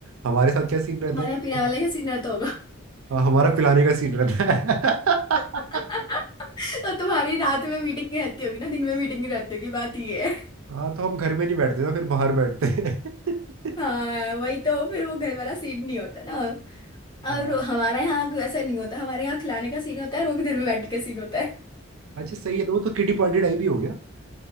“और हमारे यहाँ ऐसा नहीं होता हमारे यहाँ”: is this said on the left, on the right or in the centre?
Left